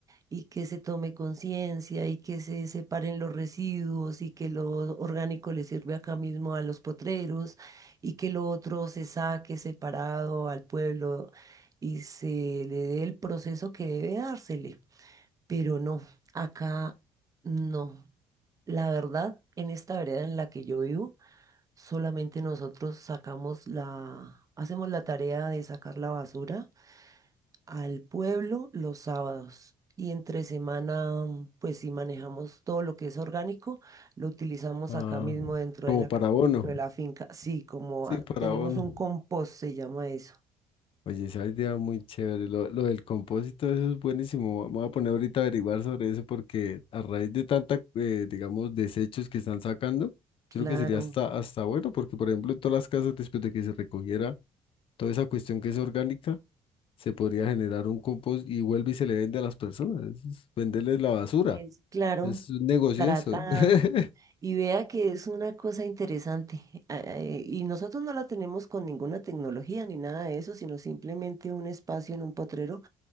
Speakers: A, on the right; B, on the left.
A: y que se tome conciencia y que se separen los residuos y que lo orgánico le sirve acá mismo a los potreros y que lo otro se saque separado al pueblo y se le dé el proceso que debe dársele. Pero no, acá no. La verdad, en esta vereda en la que yo vivo, solamente nosotros sacamos la, hacemos la tarea de sacar la basura al pueblo los sábados. Y entre semana, pues sí manejamos todo lo que es orgánico, lo utilizamos
B: Ah,
A: acá mismo dentro
B: como
A: de la,
B: para
A: ca-
B: abono.
A: dentro de la finca. Sí, como
B: Sí,
A: ah,
B: para
A: tenemos
B: abono.
A: un compost, se llama eso.
B: Oye, esa idea muy chévere. Lo, lo del compósito, eso es buenísimo. Me voy a poner ahorita a averiguar sobre eso porque a raíz de tanta, eh, digamos, desechos que están sacando, yo
A: Claro.
B: creo que sería hasta, hasta bueno porque, por ejemplo, en todas las casas, después de que se recogiera toda esa cuestión que es orgánica, se podría generar un compost y vuelve y se le vende a las personas. Eso es venderles la basura.
A: Y es, claro,
B: Es un negocio
A: tratada.
B: eso. <laughs>
A: Y vea que es una cosa interesante. ah, eh, y nosotros no la tenemos con ninguna tecnología ni nada de eso, sino simplemente un espacio en un potrero